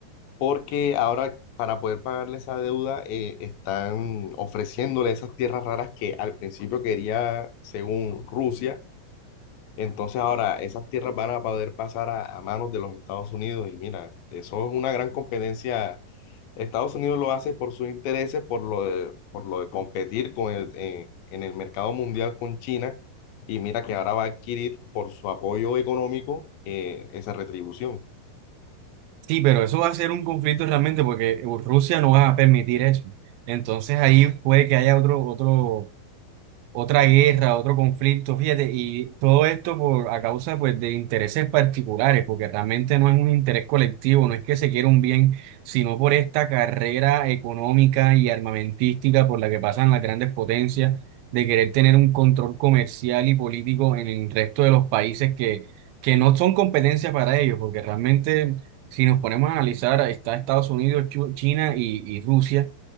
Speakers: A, on the left; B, on the right.
A: porque ahora para poder pagarle esa deuda eh, están ofreciéndole esas tierras raras que al principio quería, según Rusia, entonces ahora esas tierras van a poder pasar a, a manos de los Estados Unidos y mira, eso es una gran competencia Estados Unidos lo hace por sus intereses, por lo de, por lo de competir con el- en en el mercado mundial con China, y mira que ahora va a adquirir por su apoyo económico eh, esa retribución.
B: Sí, pero eso va a ser un conflicto realmente porque Rusia no va a permitir eso. Entonces ahí puede que haya otro, otro otra guerra, otro conflicto, fíjate, y todo esto por a causa pues de intereses particulares, porque realmente no es un interés colectivo, no es que se quiera un bien, sino por esta carrera económica y armamentística por la que pasan las grandes potencias, de querer tener un control comercial y político en el resto de los países que, que no son competencia para ellos, porque realmente si nos ponemos a analizar, está Estados Unidos, Chu- China y y Rusia